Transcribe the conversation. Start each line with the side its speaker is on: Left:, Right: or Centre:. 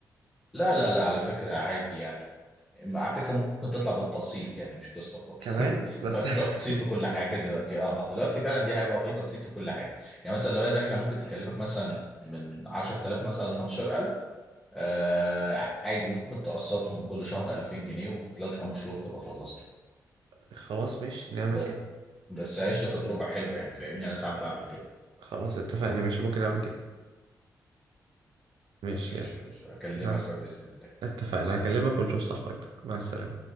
Centre: لا لا لا على فكره عادي يعني على فكره ممكن تطلع بالتقسيط يعني مش قصه خالص
Right: كمان
Centre: <laughs>
Right: بس
Centre: بقى في
Right: <laughs>
Centre: تقسيط في كل حاجه دلوقتي اه دلوقتي فعلا دي هيبقى في تقسيط في كل حاجه يعني مثلا لو هي الرحله ممكن تكلفك مثلا من 10000 مثلا ل 15000 آه عادي ممكن تقسطهم كل شهر 2000 جنيه وخلال خمس شهور تبقى خلصت
Right: خلاص ماشي نعمل
Centre: ب-
Right: كده
Centre: بس عشت تجربة حلوة يعني فاهمني أنا ساعات بعمل كده
Right: خلاص اتفقنا ماشي ممكن اعمل كده ماشي
Centre: ماشي
Right: يلا
Centre: يا باشا أكلمك
Right: مع الس...
Centre: بقى بإذن الله
Right: اتفقنا
Centre: سلام
Right: هكلمك ونشوف صاحبك ده مع السلامة